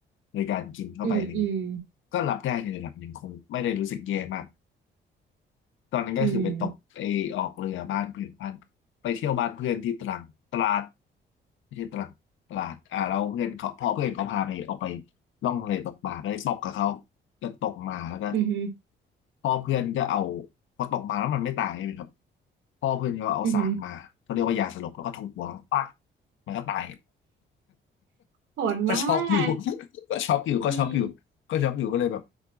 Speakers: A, on the left; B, on the right.
A: โดยการกินเข้าไปอะไรอย่างนี้
B: อืมอืม
A: ก็รับได้ในระดับหนึ่งคงไม่ได้รู้สึกแย่มาก ตอนนั้นก็คือไปตกไอออกเรือบ้านเพื่อนบ้านไปเที่ยวบ้านเพื่อนที่ตรังตราด
B: อืม
A: ไม่ใช่ตรังตราดอ่าเราเพื่อนเขาพอเพื่อนเขาพาไปออกไปล่องทะเลตกปลาก็เลยตกกับเขาก็ตกมาแล้วก็
B: อือหือ
A: พ่อเพื่อนก็เอาพอตกมาแล้วมันไม่ตายใช่ไหมครับพ่อเพื่อนก็เอาสากมาเขาเรียกว่ายาสลบแล้วก็ทุบหัวปัก
B: อือหือ
A: มันก็ตาย
B: โหดมาก
A: ก็ช็อกอยู่ <laughs> ก็ช็อกอยู่ก็ช็อกอยู่ก็ช็อกอยู่ก็เลยแบบ
B: อืม